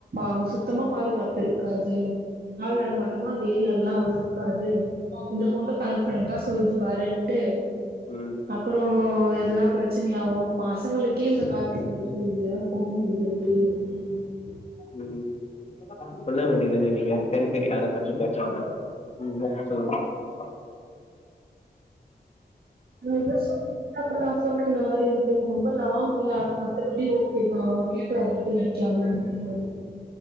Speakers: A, on the right (about 65°); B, on the left (about 40°).
A: அங்க சுத்தமா பாதுகாப்பு இருக்காது ஆள்
B: ம்,
A: நட மாட்டமு அந்த ஏ. எல்லா அவ்ளோ இருக்காது. இந்த
B: ம்,
A: பொண்ணு கன்பிடன். கரெக்ட்டா சொல்லுது வரன்ட்டு.
B: ம்,
A: அப்புறோ எதுனா பிரச். சனையாவு. பசங்களுக்கே இந்த காலத்துல. <unintelligible> பொண்ணு கிட்ட எப்படி. <unintelligible>
B: ம். சொல்ல வேண்டிதான நீ. சேரி சேரி அத பத்தி பேச வேண்னா எங்காயாச். <unintelligible>
A: இதுல எதோ சொன்னிங்கலா அப்புறோ நா சொன்னங் இந்த மாதிரென்ட்டு ரொம்ப லாங்கு ஆனா மத்தபடி ஓகேதா கேட்டாரு எப்படி எடுக்கலாமா என்னன்ட்டு.